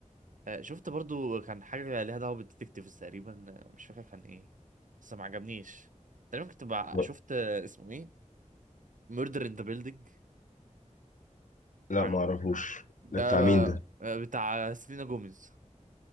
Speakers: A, on the right; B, on the left.
A: آه، شفت برضو كان حاجة ليها دعوة بالديتكتيفز تقريبا آه، مش فاكر كان ايه بس ما عجبنيش تقريبا كنت بع...
B: لا
A: شفت آه، اسمه ايه ميردر ان ذا بيلدينج ما
B: لا،
A: عجبني
B: ما اعرفوش
A: ده
B: ده بتاع
A: آه،
B: مين ده
A: آه، بتاع سيلينا جوميز